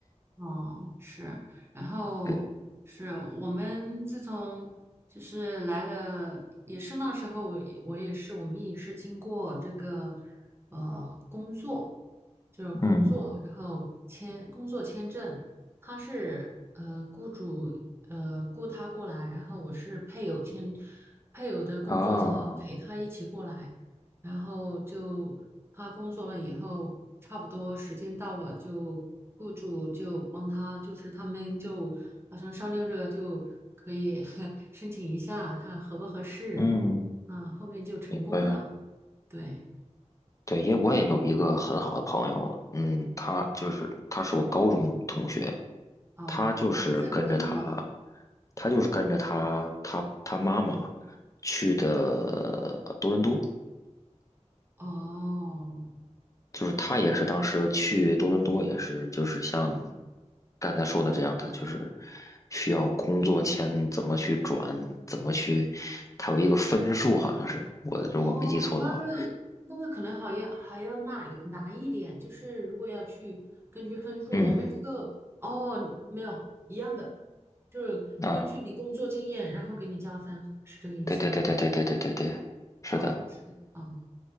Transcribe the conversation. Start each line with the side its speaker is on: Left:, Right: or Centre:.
Right: 哦，是，然后是我们自从就是来了，
Left: 对，
Right: 也是那时候我也我也是，我们也是经过这个呃工作，就是工作，
Left: 嗯
Right: 然后签工作签证，他是呃雇主呃雇他过来，然后我是配偶签配偶的工作签陪他一起过来。
Left: 啊，
Right: 然后就他工作了以后，差不多时间到了，就雇主就帮他，就是他们就好像商量着就可以 <laughs> 申请一下，看合不合适。
Left: 嗯，
Right: 啊，后面就成功了。
Left: 明白。
Right: 对，
Left: 对，因为我也有一个很好的朋友，嗯，他就是他是我高中同学，
Right: 哦，
Left: 他就是跟着他，
Right: 他在英国吗？
Left: 他就是跟着他他他妈妈去的多伦多，
Right: 哦，
Left: 就是他也是当时去多伦多也是就是像
Right: 能。
Left: 刚才说的这样，他就是需要工作签怎么去转，怎么去，他有一个分数好像是我如果没记错的话，
Right: 哦，那个那个可能好要还要难难一点，就是如果要去根据分数，
Left: 嗯
Right: 我们这个哦没有一样的，就是根据你工作经验，
Left: 啊，
Right: 然后给你加分，是这个意思吗？
Left: 对对对对对对对对对，是的。
Right: 啊，是的，嗯，